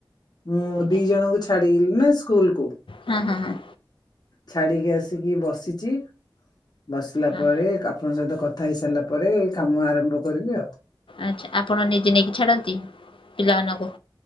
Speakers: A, on the left; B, on the left.
A: ମୁଁ
B: ଆଜ୍ଞା
A: ଦି ଜଣଙ୍କୁ ଛାଡିିଲି ନା ସ୍କୁଲ୍ କୁ।
B: ହୁଁ ହୁଁ ହୁଁ।
A: ଛାଡିକି ଆସିକି ବସିଛି ବସିଲା
B: ହଁ
A: ପରେ କା ଆପଣଙ୍କ ସହିତ କଥା ହେଇସାରିଲା ପରେ କାମ ଆରମ୍ଭ କରିବି ଆଉ।
B: ଆଚ୍ଛା ଆପଣ ନିଜେ ନେଇକି ଛାଡନ୍ତି ପିଲାମାନଙ୍କୁ।